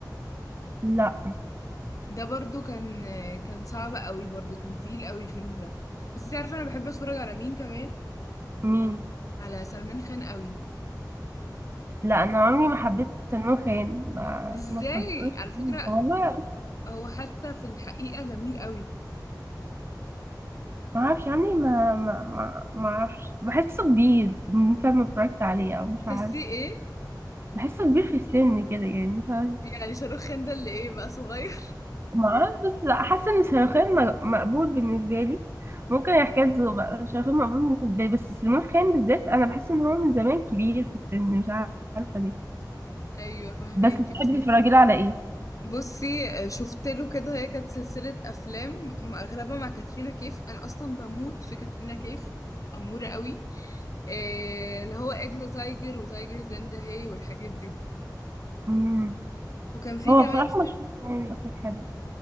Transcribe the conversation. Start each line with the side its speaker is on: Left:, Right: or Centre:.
Right: لا
Left: ده برضو كان كان صعب قوي برضو كان تقيل قوي الفيلم ده بس انتي عارفه انا بحب اتفرج على مين كمان
Right: مين
Left: على سلمان خان قوي
Right: لا انا عمري ما حبيت سلمان خان ما
Left: ازاي
Right: ما اتفرجتلوش
Left: على فكره
Right: والله
Left: هو حتى في الحقيقه جميل قوي
Right: ما اعرفش عمري ما ما ما ما اعرفش بحسه كبير من ساعه ما اتفرجت عليه او
Left: بتحسيه
Right: مش عارف
Left: ايه
Right: بحسه كبير في السن كده يعني مش عارف
Left: يعني شاروخان ده اللي ايه بقى صغير
Right: ما اعرفش بس حاسه ان شاروخان م- مقبول بالنسبه لي ممكن حكاية ذوق بقى شاروخان مقبول بالنسبه لي بس سلمان خان بالذات انا بحس ان هو من زمان كبير في السن مش عارفه ليه
Left: <laughs> ايوه فهماكي
Right: بس بتحبي
Left: بس
Right: تتفرجي له على ايه؟
Left: بصي آه، شفت له كده هي كانت سلسله افلام م- اغلبها مع كاترينا كيف انا اصلا بموت في كاترينا كيف اموره قوي آه، اللي هو اكزا تايجر وتايجر زندا هي والحاجات دي
Right: مم.
Left: وكان في
Right: هو
Left: كمان
Right: بصراحة
Left: فيلم
Right: مش فاكرة يعني أصلا حاجة